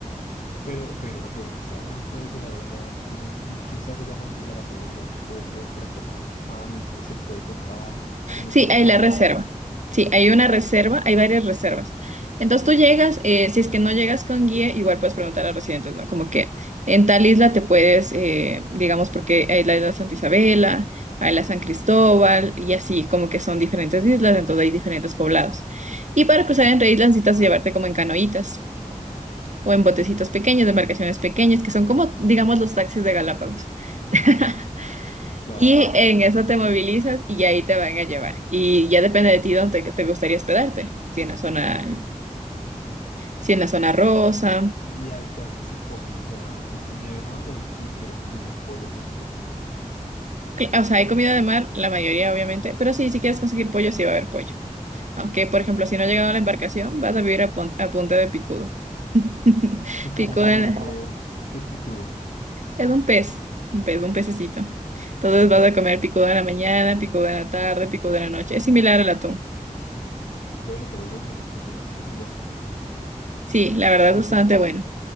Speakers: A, on the left; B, on the right.
A: Pero, bueno, una pregunta, o sea, uno puede llegar allá y uno, ¿y qué se hace allá en las Islas Galápagos? O sea, tú puedes ir a interactuar con los animales, se puede tocar, uno
B: Sí,
A: puede
B: hay
A: nadar.
B: la reserva. Sí, hay una reserva, hay varias reservas. Entonces tú llegas, eh, si es que no llegas con guía, igual puedes preguntar a los residentes, ¿no? Como que en tal isla te puedes, eh, digamos, porque hay la isla Santa Isabela, hay la San Cristóbal y así, como que son diferentes islas, entonces hay diferentes poblados. Y para cruzar entre islas necesitas llevarte como en canoitas o en botecitos pequeños, de embarcaciones pequeñas, que son como, digamos, los taxis de Galápagos. <laughs>
A: Claro.
B: Y en eso te movilizas y ahí te van a llevar. Y ya depende de ti dónde te gustaría hospedarte. Si en la zona, si en la zona rosa.
A: Y allá que se come, o sea, es comida de mar o si quiero conseguir pollo, consigo pollo.
B: Cl- O sea, hay comida de mar, la mayoría obviamente. Pero sí, si quieres conseguir pollo, sí va a haber pollo. Aunque, por ejemplo, si no ha llegado a la embarcación, vas a vivir a, pon- a punta de picudo. <laughs>
A: ¿Y cómo
B: Picudo
A: se le
B: en
A: dice
B: la-
A: que es picudo?
B: es un pez, un pez, un pececito. Entonces vas a comer picudo en la mañana, picudo en la tarde, picudo en la noche. Es similar al atún.
A: Bueno, pero eso es muy rico, se la pone bueno.
B: Sí, la verdad
A: Ah, Oye,
B: es bastante bueno.